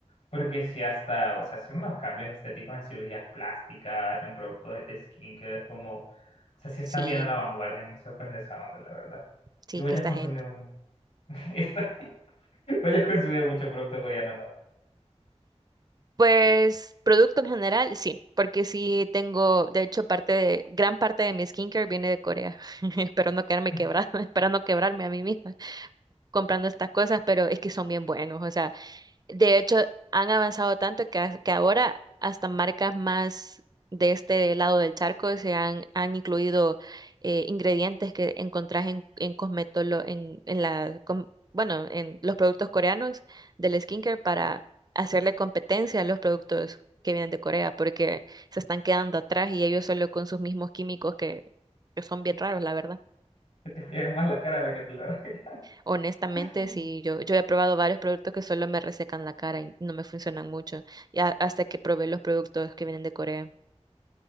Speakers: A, on the left; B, on the right.
A: Porque si hasta, o sea, hacen unos cambios estéticos en cirugías plásticas, en productos de skin, que es como, o sea, sí están
B: Sí,
A: bien a la vanguardia, me sorprende esa onda, la verdad.
B: sí,
A: Y vos
B: que
A: ya
B: esta
A: has consumido
B: gente.
A: mucho, <laughs> vos ya has consumido mucho producto coreano, ¿no?
B: Pues producto en general, sí, porque sí tengo, de hecho, parte de, gran parte de mi skincare viene de Corea. <laughs> Espero no quedarme
A: <laughs>
B: quebrada, <laughs> espero no quebrarme a mí misma comprando estas cosas, pero es que son bien buenos, o sea. De hecho, han avanzado tanto que, a- que ahora hasta marcas más de este lado del charco se han, han incluido eh, ingredientes que encontrás en, en cosmetolo- en, en la, com- bueno, en los productos coreanos del skincare para hacerle competencia a los productos que vienen de Corea, porque se están quedando atrás y ellos solo con sus mismos químicos que, que son bien raros, la verdad.
A: Que te friegan más la cara de la que te la <laughs>
B: Honestamente,
A: arreglan.
B: sí, yo, yo he probado varios productos que solo me resecan la cara y no me funcionan mucho, ya hasta que probé los productos que vienen de Corea.